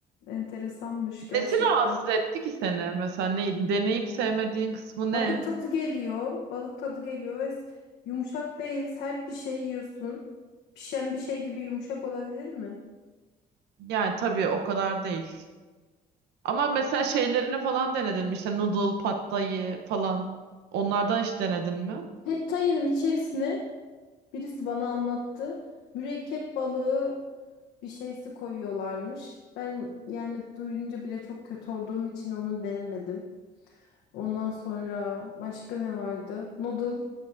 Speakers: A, on the left; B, on the right.
A: Enteresanmış gerçekten.
B: Nesi rahatsız etti ki seni? Mesela ne, deneyip sevmediğin kısmı ne?
A: Balık tadı geliyor. Balık tadı geliyor ve s- yumuşak değil, sert bir şey yiyorsun. Pişen bir şey gibi yumuşak olabilir mi?
B: Yani tabii o kadar değil. Ama mesela şeylerini falan denedin mi? İşte noodle, pad thai falan. Onlardan hiç denedin mi?
A: Pad Thai'nin içerisine birisi bana anlattı. Mürekkep balığı bir şeysi koyuyorlarmış. Ben yani duyunca bile çok kötü olduğum için onu denemedim. Ondan sonra başka ne vardı? Noodle.